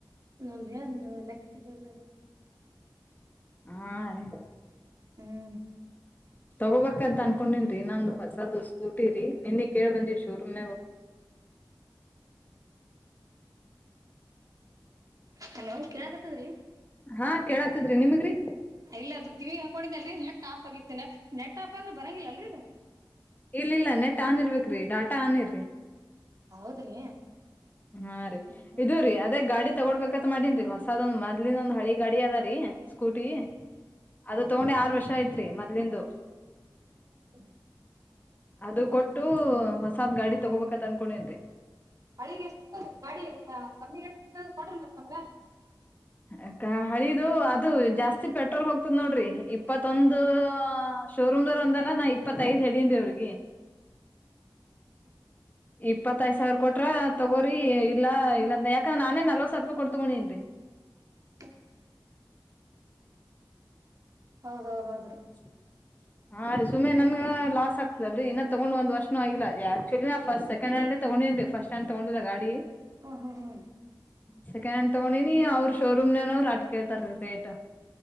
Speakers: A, on the right (about 50°); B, on the left (about 20°).
A: ನಾವ್ಯಾನ್ ಲೆಕ್ಕ ಬ <inaudible>
B: ಹಾ ರೀ
A: ಹ್ಮ್
B: ತಗೋ ಬೇಕೇನ್ ಅನ್ಕೊಂಡಿರಿ ಹೊಸಕೋಟೆ ನಿನ್ನೆ ಕೇಳಿಕೊಂಡು ಶೋರೂಮ್
A: ಹಲೋ ಕೇಳಾಕತ್ತದ್ರಿ
B: ಹಾ ಕೆಳಕತ್ತಿದ್ರೆ ನಿಮಗ್ರಿ
A: ಇಲ್ಲ ಕಿವಿಗ್ ಹಾಕೊಂಡಿದ್ನಲ್ರಿ ನೆಟ್ ಆಫ್ ಆಗಿತ್ರೀ ನೆಟ್ ಆಫ್ ಆದ್ರೂ ಬರಂಗಿಲ್ಲ ಅಲ್ರೀದು
B: ಇಲ್ಲ ಇಲ್ಲ ನೆಟ್ ಆನ್ ಇರ್ಬೇಕ್ರಿ ಡಾಟಾ ಆನ್ ಇರ್ರಿ
A: ಹೌದ್ರಿ
B: ಹಾ ರರಿ
A: ಹ್ಮ್ ಹ್ಮ್
B: ಇದು ರಿಂಗ್ ಗಾಡಿ ತಾನು ಬೇಕಂತ ಮಾಡಿನ್ರಿ ಹೊಸ ಅದೊಂದ್ ಮದ್ಲಿನೊಂದ್ ಹಳಿ ಗಾಡಿ ಅದಾರಿ ಸ್ಕೂಟಿ ಅದು ತಗೊಂಡೆ ಆರ್ ವರ್ಷ ಐತ್ರಿ ಮೊಲಿಂದು
A: ಹ <inaudible>
B: ಅದು ಕೊಟ್ಟು ಹೊಸ ಗಾಡಿ ತಗೊಂಡೆ ಅನ್ಕೊಂಡೆ
A: ಗಾಡಿಎಷ್ಟು ಗಾಡಿ ಎ ಕಮ್ಮಿ ರೇಟ್ ಕೊಡ್ರಿ ಮತ್ತಮ
B: ಅಕ್ಕ ಹಳಿದು ಅದು ಜಾಸ್ತಿ ಪೆಟ್ರೋಲ್ ಹೋಗ್ತದ ನೋಡ್ರಿ ಇಪ್ಪತ್ತೊಂದು ಸೌರೊಂದರ ಅಂದರೆ ಅವರಿಗೆ ರಲ್ಲಿ
A: ಹ್ಮ <inaudible>
B: ಇಪ್ಪತ್ತೈದ್ ಸಾವಿರ ಕೊಟ್ರ ತಗೋರಿಿ ಇಲ್ಲ ಇಲ್ಲಾ ಯಾಕಂದ್ರೆ ನಾನೇ ನಲ್ವತ್ ಸಾವಿರ ರೂಪಿ ಕೊ ತಗೊಂಡ ನ್ರಿ
A: ಹ <inaudible> ಹೌದ ಹೌದೌದ್ರಿ
B: <inaudible> ಹಾ ರೀ ಸುಮ್ಮನೆ ನನ್ ಲಾಸ್ ಆಗ್ತದಲ್ರಿ ಇನ್ನ ತಗೊಂಡ ಒಂದ್ ವರ್ಷನು ಆಗಿಲ್ಲ ಆಕ್ಚುಲಿನ ಫಸ್ಟ್ ಸೆಂಡ್ ಹ್ಯಾಂಡ ತಗೊಂಡಿ ಸ್ಟ್ ಹ್ಯಾಂಡ್ ತಗೊಂಡಿಲ್ಲ ಗಾಡಿ
A: ಹ ಹ ಹ್ಮ
B: ಸೆಕೆಂಡ್ ಹಂಡ್ ತಗೊಂಡಿನಿ ಅವ್ರ ಶೋರೂಮ್ ನನೋ್ ಆಟ್ ಕೇತಾರ ರೀ ರೇಟ್,